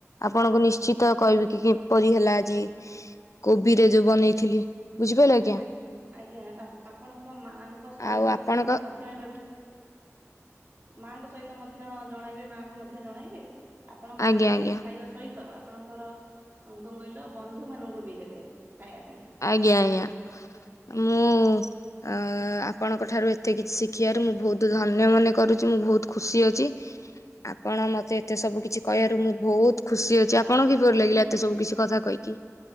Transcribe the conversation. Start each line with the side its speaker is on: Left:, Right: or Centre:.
Left: ଆପଣଙ୍କୁ ନିଶ୍ଚିତ କହିବି କି କିପରି ହେଲା ଆଜି କୋବି ରେ ଯୋଉ ବନେଇଥିଲି ବୁଝିପାରିଲେ ଆଜ୍ଞା
Right: ଆ ଆଜ୍ଞା ଆପଣଙ୍କ ମାଆଙ୍କ ସହିତ
Left: ଆଉ ଆପଣଙ୍କ
Right: ମଧ୍ୟ ଏଟାକୁ ମାଙ୍କ ସହିତ ମଧ୍ୟ ଜଣାଇବେ ମାଙ୍କୁ ମଧ୍ୟ ଜଣାଇବେ ଆପଣ
Left: ଆଜ୍ଞା
Right: ପରିବାରେ
Left: ଆଜ୍ଞା
Right: ଖାଇବା ସହିତ ଆପଣଙ୍କର ଅ କଣ କହିଲ ବନ୍ଧୁମାନଙ୍କୁ ବି ଦେବେ। ଖାଇବା ପାଇଁ
Left: ଆଜ୍ଞା ଆଜ୍ଞା। ମୁଁ ଅ ଆପଣଙ୍କଠାରୁ ଏତେ କିଛି ଶିଖିବାରୁ ମୁଁ ବହୁତ ଧନ୍ୟ ମନେ କରୁଚି ମୁଁ ବହୁତ ଖୁସି ଅଛି ଆପଣ ମତେ ଏତେ ସବୁ କିଛି କହିଆରୁ ମୁଁ ବହୁତ ଖୁସି ଅଛି ଆପଣଙ୍କୁ କିପରି ଲାଗିଲା ଏତେ ସବୁ କିଛି କଥା କହିକି? କି